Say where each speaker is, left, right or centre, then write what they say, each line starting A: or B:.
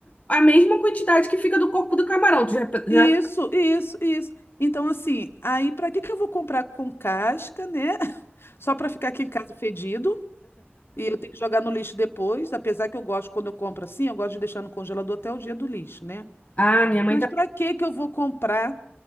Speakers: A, on the left; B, on the left.
A: a mesma quantidade que fica do corpo do camarão. Tu já, já...
B: Isso, isso, isso. Então, assim, aí pra que que eu vou comprar com casca, né? <laughs> Só pra ficar aqui em casa fedido? E eu tenho que jogar no lixo depois, apesar que eu gosto, quando eu compro assim, eu gosto de deixar no congelador até o dia do lixo, né?
A: Ah, minha mãe
B: Mas
A: tá.
B: para que que eu vou comprar